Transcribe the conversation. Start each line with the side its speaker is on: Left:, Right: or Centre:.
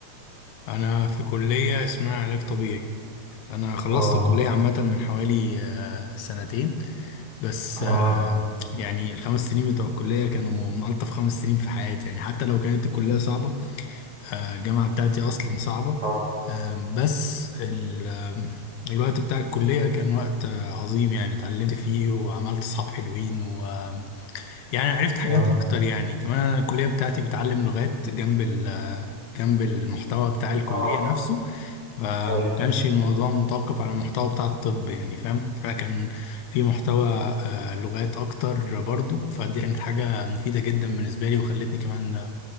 Left: انا في كلية اسمها علاج طبيعي انا خلصت
Right: آه
Left: الكلية عامة من حوالي أه سنتين بس
Right: آه
Left: أه يعني الخمس سنين بتوع الكلية كانوا من ألطف خمس سنين في حياتي يعني حتى لو كانت الكلية صعبة آه، الجامعة بتاعتي أصلا صعبة
Right: آه
Left: آم، بس ال- آم، الوقت بتاع الكلية كان وقت آه، عظيم يعني اتعلمت فيه وعملت صحاب حلوين ويعني عرفت حاجات
Right: آه
Left: أكتر يعني كمان أنا الكلية بتاعتي بتعلم لغات جنب ال آه، جنب المحتوى بتاع الكلية
Right: آه
Left: نفسه فما
Right: طيب
Left: كانش الموضوع متوقف على المحتوى بتاع الطب يعني فاهم فكان في محتوى آه، لغات أكتر برضو فدي كانت حاجة مفيدة جدا بالنسبة لي وخلتني كمان